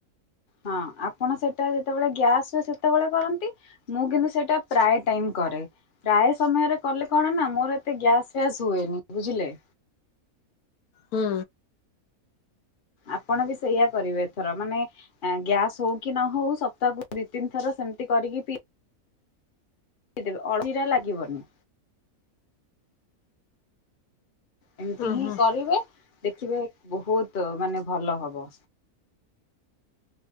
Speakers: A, on the left (about 40°); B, on the left (about 85°).
A: ହଁ ଆପଣ ସେଇଟା ଯେତେବେଳେ ଗ୍ୟାସ୍ ହୁଏ ସେତେବେଳେ କରନ୍ତି। ମୁଁ କିନ୍ତୁ ସେଇଟା ପ୍ରାୟ ଟାଇମ କରେ। ପ୍ରାୟ ସମୟରେ କଲେ କଣ ନା ମୋର ଏତେ ଗ୍ୟାସ ଫ୍ୟାସ ହୁଏନି ବୁଝିଲେ।
B: ହୁଁ।
A: ଆପଣ ବି ସେଇଆ କରିବେ ଏଥର ମାନେ ଗ୍ୟାସ ହଉ କି ନ ହଉ ସପ୍ତାହକୁ ଦି ତିନି ଥର ସେମତି କରିକି ପି <unintelligible> ଜିରା ଲାଗିବନି। ଏମିତି
B: ହଁ
A: ହିଁ
B: ହଁ
A: କରିବେ ଦେଖିବେ ବହୁତ ମାନେ ଭଲ ହବ।